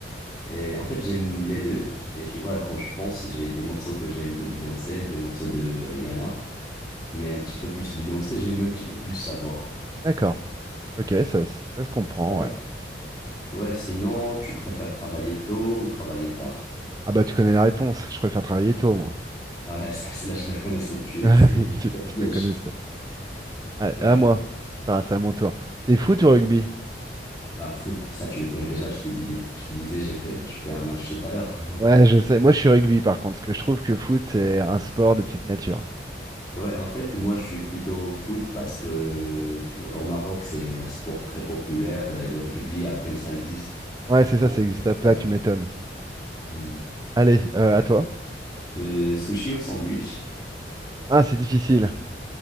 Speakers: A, on the left; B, on the right.
A: Et en fait, j'aime les deux. Et tu vois, quand je pense, j'ai des morceaux que j'aime de Beyoncé, des morceaux de Rihanna, mais un petit peu plus Beyoncé, j'aime un petit peu plus sa voix.
B: D'accord. Ok, ça, ça se comprend,
A: Ouais,
B: ouais.
A: Ouais, sinon, tu préfères travailler tôt ou travailler tard?
B: Ah bah, tu connais la réponse. Je préfère travailler tôt, moi. <laughs>
A: Ah Ouais, <laughs> ça, c'est là, je la connais, c'est- tu-
B: Ah
A: c'était
B: oui, Tu,
A: un
B: tu
A: piège.
B: la connaissais Ah,
A: Ouais.
B: à moi. Attends, c'est à mon tour. T'es foot ou rugby?
A: Ah, foot, ça tu le connais déjà, je te dis, je te disais, j'ai fait, je fais un match tout à l'heure.
B: Ouais,
A: <laughs>
B: je sais. Moi, je suis rugby par contre, parce que je trouve que foot, c'est un sport de petite nature.
A: Et ouais, en fait, moi je suis plutôt foot parce que tu vois, au Maroc, c'est un sport très populaire et le rugby, à peine ça existe.
B: Ouais,
A: Je
B: c'est
A: pense
B: ça, ça existe pas,
A: pas.
B: tu m'étonnes.
A: Hmm.
B: Allez, euh, à toi.
A: Euh, sushi ou sandwich?
B: Ah, c'est difficile.